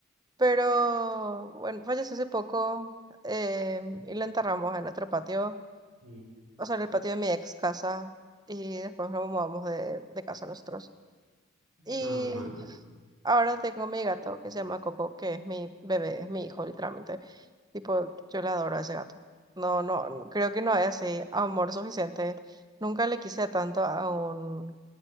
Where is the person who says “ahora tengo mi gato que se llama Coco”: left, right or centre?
Right